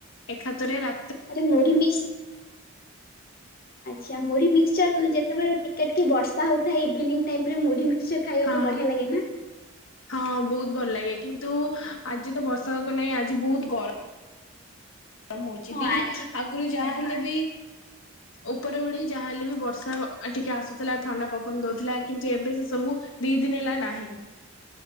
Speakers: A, on the left; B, on the left.
A: ଏଖାଥରେ ରା
B: ଆରେ ମୁଢ଼ି ମିସ୍ ଆଚ୍ଛା ମୁଢ଼ି ମିକ୍ସଚର ଉମ୍ ଯେତବେଳେ ଟିକେ ଟିକେ ବର୍ଷା ହଉଥାଏ ଇଭିନିଂ ଟାଇମରେ ମୁଢ଼ି ମିକ୍ସଚର ଖାଇବାକୁ
A: ହଁ।
B: ବଢିଆ ଲାଗେ ନା?
A: ହଁ ବହୁତ ଭଲ ଲାଗେ କିନ୍ତୁ ଆଜି ତ ବର୍ଷା ପାଗ ନାହିଁ ଆଜି ବହୁତ ଗର ତ ମୁଁ ଯିବି
B: ହଁ ଆଜି
A: ଆଗରୁ
B: ବହୁତ
A: ଯାହେଲେ
B: ଗରମ
A: ବି ଉପର ଓଳି ଯାହାହେଲେ ବି ବର୍ଷା ଟିକେ ଆସୁଥିଲା ଥଣ୍ଡା ପବନ ଦଉଥିଲା। କିନ୍ତୁ ଏବେ ସେ ସବୁ ଦି ଦିନ ହେଲା ନାହିଁ।